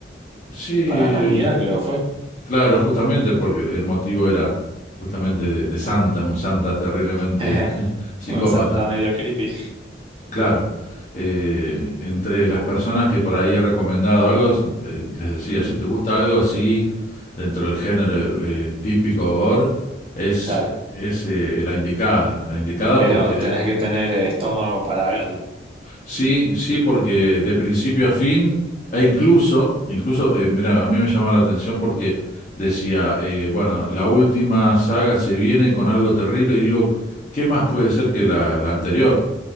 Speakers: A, on the left (about 40°); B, on the right (about 30°).
A: Sí,
B: para Navidad creo que fue.
A: Claro, justamente porque el motivo era justamente de, de Santa, un Santa terriblemente
B: <laughs>
A: <laughs> psicópata.
B: Un Santa medio creepy.
A: Claro, eh, entre las personas que por ahí he recomendado algo, es- eh, les decía,
B: Ujú.
A: si te gusta algo así, dentro del género eh, típico gore, es,
B: Claro.
A: es eh, la indicada, la indicada
B: Pero
A: porque de,
B: tenés que tener eh, estómago para verla.
A: Sí, sí, porque de principio a fin, e incluso, incluso, eh, mira, a mí me llamaba la atención porque decía, eh, bueno, la última saga se viene con algo terrible y digo, ¿qué más puede ser que la, la anterior?